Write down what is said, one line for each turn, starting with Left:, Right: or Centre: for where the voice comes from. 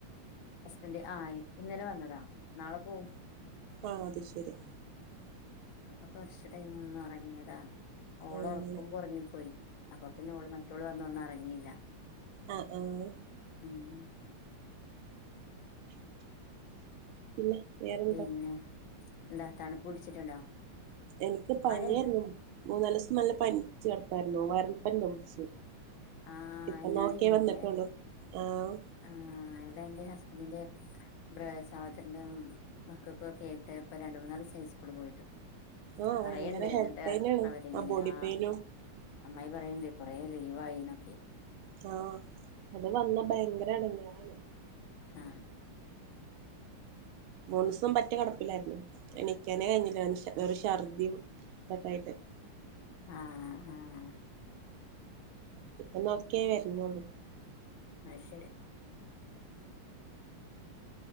Left: ഹസ്ബൻഡറ് ആ ഇന്നലെ വന്നതാ നാളെ പോവും
Right: ആ അത് ശരി
Left: അപ്പൊ കൊറച്ചു ടൈം ഒന്നു ഉറങ്ങിയതാ ഓൾ
Right: അങ്ങനെ
Left: ഉറക്കുമ്പോ ഉറങ്ങിപ്പോയി അപ്പൊ പിന്നെ ഓള് മറ്റോള് വന്നൊന്നും അറിഞ്ഞില്ല..
Right: ആഹ് ആഹ്
Left: ഉം..
Right: പിന്നെ വേറെന്താ
Left: പിന്നെ എന്താ തണുപ്പ് പിടിച്ചിട്ടുണ്ടോ
Right: എനിക്ക് പനിയായിരുന്നു
Left: മഴയുണ്ടോ
Right: മൂന്നാല് ദിവസം നല്ല പനിച്ച് കിടപ്പായിരുന്നു വൈറൽപ്പനി പിടിച്ചു..
Left: ആ
Right: ഇപ്പൊന്ന്
Left: എല്ലാടെയും
Right: ഓക്കെ
Left: ഇണ്ടില്ലേ
Right: വന്നിട്ടുള്ളൂ ആഹ്
Left: ആ ഇവിടെ എന്റെ ഹസ്ബന്റ അന്നന്റെ ബ്ര സഹദന്റെ മക്കൾക്കും ഒക്കെ ആയിട്ട് ഇപ്പ രണ്ട മൂന്നാല് ദിവസ സ്കൂള് പോയിട്ട്
Right: ആഹ്
Left: പറയണ്ടേ
Right: ഭയങ്കര ഹെഡ്
Left: എന്നിട്ട്
Right: പെയിനാണ്
Left: അവരിങ്ങനെ
Right: ആഹ് ബോഡി
Left: ആ.
Right: പെയിനും
Left: അമ്മായി പറയ്ണ്ട് കൊറെ ലീവായിന്നൊക്കെ
Right: ആഹ് അത് വന്ന ഭയങ്കര എടങ്ങേറാണ്
Left: ആ
Right: മൂന്നിസം പറ്റെ കിടപ്പിലായിരുന്നു എനിക്കാനേ കഴിഞ്ഞില്ല വെറും ഷർദിയും തതായിട്ട് <unintelligible>
Left: ആഹ ആഹ
Right: ഇപ്പൊ നോക്കിയ വരഞ്ഞോളൂ
Left: ആഹ് ശരി